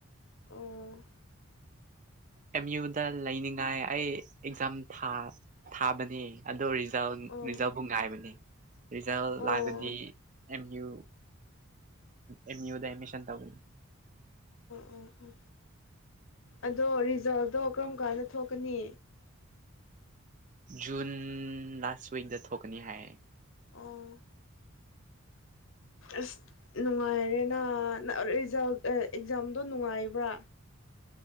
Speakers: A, on the left; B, on the right.
A: ꯑꯣ
B: ꯑꯦꯝ ꯌꯨꯗ ꯂꯩꯅꯤꯡꯉꯥꯏ ꯑꯩ ꯑꯦꯛꯖꯥꯝ ꯊꯥꯕꯅꯦ ꯑꯗꯣ ꯅꯤꯡꯅꯤꯖꯥꯎ
A: ꯑꯣ
B: ꯨꯡꯉꯥꯏ ꯃꯅꯤ ꯔꯤꯖꯜ
A: ꯑꯣ
B: ꯂꯥꯛꯑꯒꯗꯤ
A: ꯑꯣ
B: ꯑꯦꯝ ꯌꯨ ꯑꯦꯝꯌꯨꯗ ꯑꯦꯠꯃꯤꯁꯟ ꯇꯧꯒꯅꯤ
A: ꯑꯣ ꯑꯣ ꯑꯗꯣ ꯔꯤꯖꯥꯕꯗꯣ ꯀꯔꯝ ꯀꯥꯟꯗ ꯊꯣꯛꯀꯅꯤ
B: ꯖꯨꯟ ꯂꯥꯁ ꯋꯤꯛꯗ ꯊꯣꯛꯀꯅꯤ ꯍꯥꯏ
A: ꯑꯣ ꯑꯁ ꯅꯨꯡꯉꯥꯏꯔꯦꯅꯥ ꯔꯤꯖꯜ ꯑꯦꯛꯖꯥꯝꯗꯣ ꯅꯨꯡꯉꯥꯏꯕ꯭ꯔꯥ